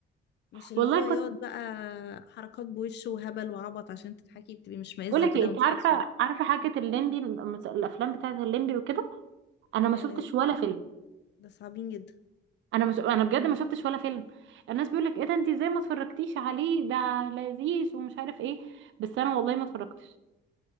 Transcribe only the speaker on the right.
والله
بقول لك
ايه
انت عارفه
عارفه حاجه الليمبي المس- الافلام بتاعه الليمبي وكده انا
ما شفتش
ولا فيلم
انا مش... انا بجد ما شفتش ولا فيلم الناس بيقول لك ايه ده انت ازاي ما اتفرجتيش عليه ده لذيذ ومش عارف ايه بس انا والله ما اتفرجتش